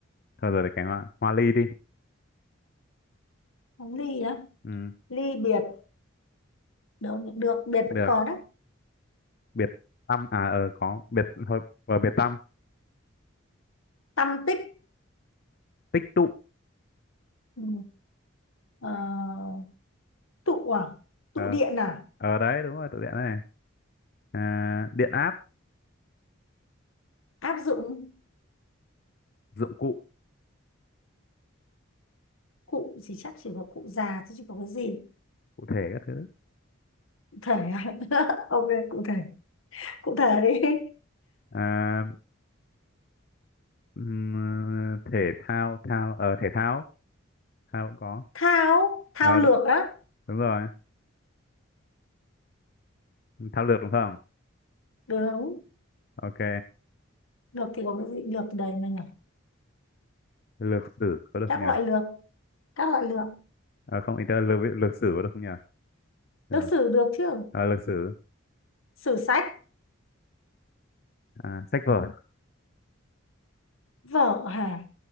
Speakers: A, on the left; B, on the left.
A: thôi rồi để cái hoa hoa ly đi
B: bóng ly á
A: ừ,
B: ly biệt đâu được được biệt
A: được
B: vẫn có đấy
A: biệt tâm à ờ có biệt thôi và biệt tâm
B: tâm tích
A: tích tụ
B: ừ. ờ, tụ à
A: ờ
B: tụ điện à
A: ờ đấy đúng rồi tụ điện này à, điện áp
B: áp dụng
A: dụng cụ
B: cụ gì chắc chỉ có cụ già chứ chỉ có cái gì
A: cụ thể các thứ
B: thể à? <laughs> ok cụ thể cụ thể đi
A: À, Ừm, ờ, thể thao thao ờ thể thao thao cũng có
B: thao thao
A: Ờ,
B: lược
A: đ-
B: á
A: đúng rồi thao lược đúng không
B: đúng
A: ok
B: lược thì có cái gì lược từ đấy mà nhỉ
A: lược sử có được
B: các
A: không nhỉ
B: loại lược các loại lược
A: Ờ, không ý tớ lược, lược sử có được không nhỉ được
B: lược sử được chứ
A: ờ, lược sử
B: sử sách
A: à, sách vở
B: vở hả